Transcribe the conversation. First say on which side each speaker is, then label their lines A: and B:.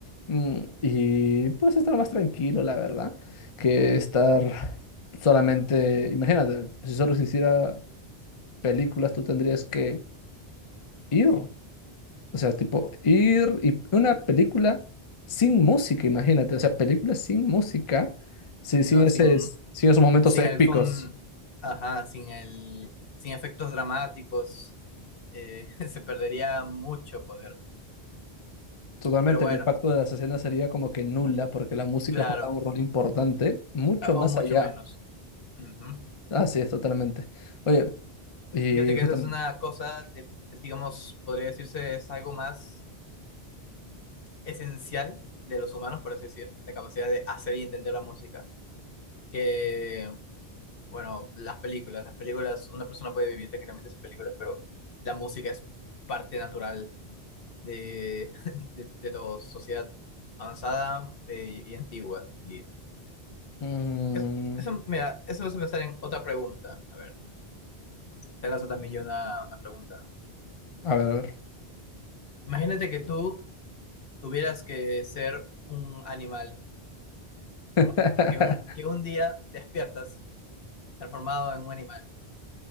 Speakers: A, on the left (about 35°); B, on the left (about 60°).
A: Mm, y pues estar más tranquilo, la verdad que estar solamente, imagínate, si solo se hiciera películas, tú tendrías que ir, o sea, tipo ir y una película sin música, imagínate, o sea, películas sin música, sin, sin
B: O
A: ese,
B: Sin,
A: sin esos momentos
B: sin
A: épicos.
B: el fun, ajá, sin el, sin efectos dramáticos, eh, <laughs> se perdería mucho poder.
A: Totalmente,
B: Pero bueno,
A: el impacto de las escenas sería como que nula, porque la música
B: claro,
A: juega un rol importante, mucho
B: a- o
A: más
B: mucho
A: allá.
B: menos. Ujú.
A: Así es, totalmente. Oye, y
B: Fíjate que
A: justamente,
B: esa es una cosa, de- digamos, podría decirse es algo más esencial de los humanos, por así decir, la capacidad de hacer y entender la música, que Bueno, las películas, las películas, una persona puede vivir tranquilamente sin películas, pero la música es parte natural de, <laughs> de, de toda sociedad avanzada eh, y antigua, diría.
A: mm,
B: Es- eso, mira, eso me hace pensar en otra pregunta. A ver, te lanzo también yo una, una pregunta.
A: a ver, a ver.
B: Imagínate que tú tuvieras que ser un animal,
A: <laughs>
B: como que un, que un día despiertas transformado en un animal